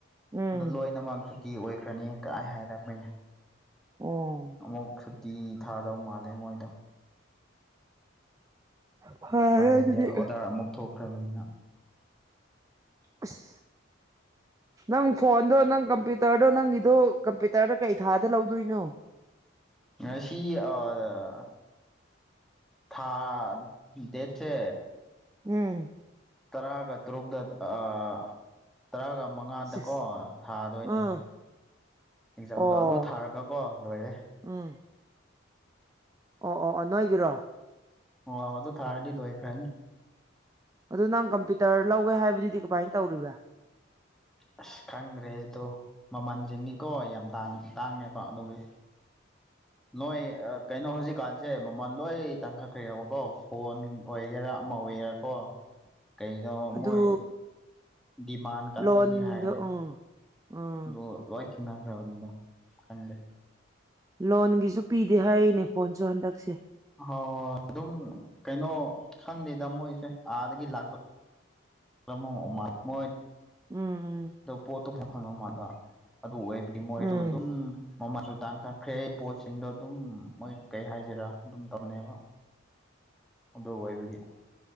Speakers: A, on the right; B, in the centre.
A: ꯎꯝ
B: ꯑꯗ ꯂꯣꯏꯅꯃꯛ ꯁꯨꯇꯤ ꯑꯣꯏꯈ꯭ꯔꯅꯤ ꯀꯥꯏ ꯍꯥꯏꯔꯝꯃꯤꯅꯦ
A: ꯑꯣ
B: ꯑꯃꯨꯛ ꯁꯨꯇꯤ ꯊꯥꯗꯧ ꯃꯥꯜꯂꯦ ꯃꯣꯏꯗꯣ
A: ꯐꯔꯦ
B: ꯄꯥꯏ ꯂꯩꯇꯦ
A: ꯑꯗꯨꯗꯤ
B: ꯑꯣꯔꯗꯔ ꯑꯃꯨꯛ ꯊꯣꯛꯈ꯭ꯔꯕꯅꯤꯅ
A: ꯑꯁ ꯅꯪ ꯐꯣꯟꯗꯣ ꯅꯪ ꯀꯝꯄ꯭ꯌꯨꯇꯔꯗꯣ ꯅꯪꯒꯤꯗꯣ ꯀꯝꯄ꯭ꯌꯨꯇꯔꯗ ꯀꯩ ꯊꯥꯗ ꯂꯧꯗꯣꯏꯅꯣ
B: ꯉꯁꯤ ꯑꯥ ꯊꯥ ꯗꯦꯠꯁꯦ
A: ꯎꯝ
B: ꯇꯔꯥꯒ ꯇꯔꯨꯛꯒ ꯑꯥ ꯇꯔꯥꯒ ꯃꯉꯥꯗꯀꯣ
A: ꯁꯤꯛꯁ
B: ꯊꯥꯗꯣꯏꯅꯦ
A: ꯑꯥ
B: ꯑꯦꯛꯖꯥꯝꯗꯣ
A: ꯑꯣ
B: ꯑꯗꯨ ꯊꯥꯔꯒꯀꯣ ꯂꯣꯏꯔꯦ
A: ꯎꯝ ꯑꯣ ꯑꯣ ꯑꯣ ꯅꯣꯏꯒꯤꯔꯣ
B: ꯑꯣ ꯑ ꯑꯗꯨ ꯊꯥꯔꯗꯤ ꯂꯣꯏꯈ꯭ꯔꯅꯤ
A: ꯑꯗꯨ ꯅꯪ ꯀꯝꯄ꯭ꯌꯨꯇꯔ ꯂꯧꯒꯦ ꯍꯥꯏꯕꯗꯨꯗꯤ ꯀꯃꯥꯏꯅ ꯇꯧꯔꯤꯕ
B: ꯑꯁ ꯈꯪꯗ꯭ꯔꯦ ꯑꯗꯣ ꯃꯃꯜꯁꯤꯡꯗꯤꯀꯣ ꯌꯥꯝ ꯇꯥꯡ ꯇꯥꯡꯉꯦꯕ ꯑꯗꯨꯒꯤ ꯅꯣꯏ ꯀꯩꯅꯣ ꯍꯧꯖꯤꯛꯀꯥꯟꯁꯦ ꯃꯃꯜ ꯂꯣꯏ ꯇꯥꯡꯈꯠꯈ꯭ꯔꯦꯕꯀꯣ ꯐꯣꯟ ꯑꯣꯏꯒꯦꯔꯥ ꯑꯃ ꯑꯣꯏꯒꯦꯔꯥꯀꯣ
A: <inaudible>
B: ꯀꯗꯣ
A: ꯑꯗꯨ
B: ꯃꯣꯏ ꯗꯤꯃꯥꯟ ꯀꯟꯕꯒꯤ
A: ꯂꯣꯟꯗꯣ
B: ꯍꯥꯏꯕꯅꯦ
A: ꯎꯝ ꯎꯝ
B: ꯑꯗꯣ ꯂꯣꯏ ꯈꯤꯅꯈ꯭ꯔꯕꯅꯤꯗꯣ ꯈꯂꯦ
A: ꯂꯣꯟꯒꯤꯁꯨ ꯄꯤꯗꯦ ꯍꯥꯏꯔꯤꯅꯦ ꯐꯣꯟꯁꯨ ꯍꯟꯗꯛꯁꯦ
B: ꯍꯣꯏ ꯑꯗꯨꯝ ꯀꯩꯅꯣ ꯈꯪꯗꯦꯗ ꯃꯣꯏꯁꯦ ꯑꯥꯗꯒꯤ ꯂꯥꯛꯇꯣꯏ ꯃꯥ ꯃꯣꯏ
A: ꯎꯝ ꯎꯝ
B: ꯑꯣ ꯄꯣꯠꯇꯣ ꯐꯅ ꯐꯪꯕꯝ ꯃꯥꯒ ꯑꯗꯨ ꯑꯣꯏꯕꯗꯤ ꯃꯣꯏꯁꯨ
A: ꯎꯝ
B: ꯑꯗꯨꯝ ꯃꯃꯁꯨ ꯇꯥꯡꯈꯠꯈ꯭ꯔꯦ ꯄꯣꯠꯁꯤꯡꯗꯣ ꯑꯗꯨꯝ ꯃꯣꯏ ꯀꯩ ꯍꯥꯏꯁꯤꯔꯥ ꯑꯗꯨꯝ ꯇꯕꯅꯦꯕ ꯎꯗꯧ ꯑꯣꯏꯕꯒꯤ